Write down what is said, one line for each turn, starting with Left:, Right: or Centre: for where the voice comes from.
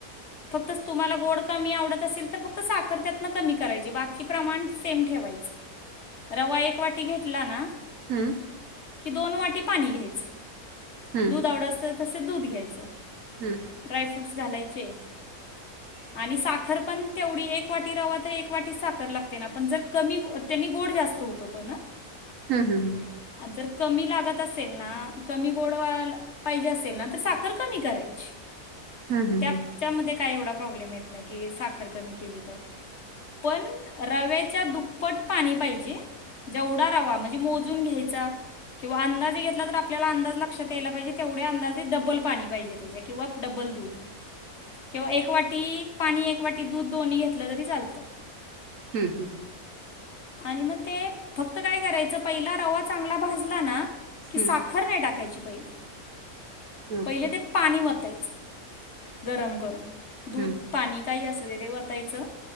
Left: फक्त. तुम्हाला गोड कमी आवडत असेल तर फक्त साखर त्यातन कमी करायची बाकी प्रमाण सेम ठेवायच. रवा एक वाटी घेतला ना
Right: हम्म
Left: की दोन वाटी पाणी घ्यायचं.
Right: हम्म
Left: दूध आवडत असत तसेच दूध घ्यायचं.
Right: हम्म.
Left: ड्रायफ्रूट्स घालायचे.
Right: <inaudible>
Left: आणि साखर पण तेवढी एक वाटी रवा तर एक वाटी साखर लागते ना पण जर कमी- त्यांनी गोड जास्त होतो पण ना,
Right: हम्म हम्म
Left: जर कमी लागत असेल ना. कमी गोड व्हायला पाहिजे असेल ना तर साखर कमी करायची
Right: हम्म हम्म
Left: त्या त्यांच्यामध्ये काही एवढा प्रॉब्लेम येत ना की साखर कमी केली तर. पण रव्याच्या दुप्पट पाणी पाहिजे. जेवढा रवा म्हणजे मोजून घ्यायचा किंवा अंदाजे घेतला तर, आपल्याला अंदाज लक्षात यायला पाहिजे तेवढ्या अंदाजे डबल पाणी पाहिजे किंवा डबल दुध. किंवा एक वाटी पाणी एक वाटी दूध दोन्ही घेतलं तरी चालतं.
Right: हम्म हम्म
Left: आणि मग ते फक्त काय करायचं पहिला रवा चांगला भाजला ना- की
Right: हम्म
Left: साखर नाही टाकायची पहिले
Right: ओके
Left: पहिले ते. पाणी ओतायच गरम करून.
Right: हम्म
Left: दूध पाणी काही अस ते ते वतायचं